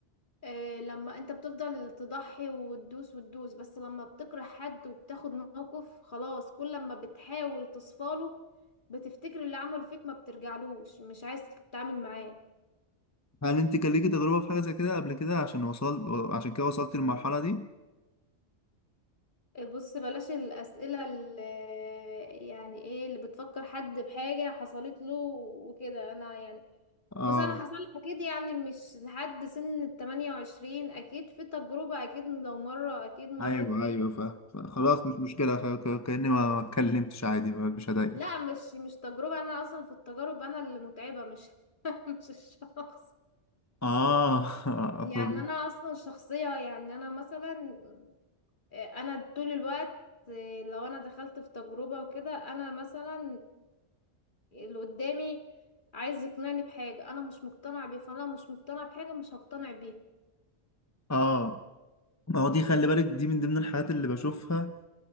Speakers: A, on the left (about 45°); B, on the left (about 15°).
A: آه لما انت بتفضل تضحي وتدوس وتدوس بس لما بتكره حد وبتاخد موقف خلاص كل لما بتحاول تصفاله بتفتكر اللي عمله فيك ما بترجعلوش مش عايز تتعامل معاه
B: هل انت كان ليكي تجربة في حاجة زي كده قبل كده عشان وصل عشان كده وصلت للمرحلة دي
A: بص بلاش الأسئلة اللي يعني ايه اللي بتفكر حد بحاجة حصلت له وكده انا يعني
B: اه
A: بص انا حصل لي اكيد يعني مش لحد سن التمانية وعشرين اكيد في تجربة اكيد لو مرة اكيد مريت
B: ايوه
A: بيها
B: ايوه فاهم
A: بس
B: فاهم. خلاص مش مشكلة ك- ك- كأني ما ما اتكلمتش عادي ما- مش هضايقك
A: لا مش مش تجربة انا اصلا في التجارب انا اللي متعبة مش <laughs> مش الشخص
B: اه
A: يعني
B: <laughs> ف-
A: انا اصلا شخصية يعني انا مثلا انا طول الوقت لو انا دخلت في تجربة وكده انا مثلا اللي قدامي عايز يقنعني بحاجة انا مش مقتنع بيه فانا لو مش مقتنع بحاجة مش هقتنع بيها
B: اه ما هو دي خلي بالك دي من ضمن الحاجات اللي بشوفها